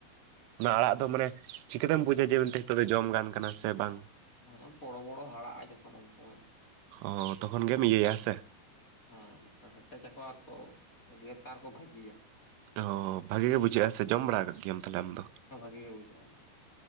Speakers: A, on the right; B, on the left.
A: ᱚᱱᱟ ᱟᱲᱟᱜ ᱫᱚ ᱢᱟᱱᱮ, ᱪᱤᱠᱟᱹᱛᱮᱢ ᱵᱩᱡᱟ, ᱡᱮ ᱢᱮᱱᱛᱮ ᱛᱳᱜ ᱫᱚ ᱡᱚᱢ ᱜᱟᱱ ᱠᱟᱱᱟ ᱥᱮ ᱵᱟᱝ?
B: ᱦᱮᱸ, ᱵᱚᱲᱚ-ᱵᱚᱲᱚ ᱦᱟᱲᱟᱜᱼᱟ, ᱡᱚᱠᱷᱚᱱ ᱩᱱ ᱥᱚᱢᱚᱭ᱾
A: ᱚ, ᱛᱚᱠᱷᱚᱱ ᱜᱮᱢ ᱤᱭᱟᱹᱭᱟ ᱦᱮ ᱥᱮ!
B: ᱦᱮᱸ, ᱠᱟ ᱦᱮᱴᱮᱪᱟᱠᱚ, ᱟᱨᱠᱚ ᱜᱮᱛᱟᱨᱠᱚ ᱵᱷᱟᱡᱤᱭᱟ᱾
A: ᱚ ᱵᱷᱟᱜᱤ ᱜᱮ ᱵᱩᱡᱷᱟᱹᱜ-ᱟ ᱥᱮ ᱡᱚᱢ ᱵᱟᱲᱟ ᱠᱟᱫ ᱜᱮᱭᱟᱢ ᱛᱟᱞᱦᱮ ᱟᱢ ᱫᱚ?
B: ᱵᱷᱟᱜᱮ ᱜᱮ ᱵᱩᱡᱷᱟᱜ-ᱟ᱾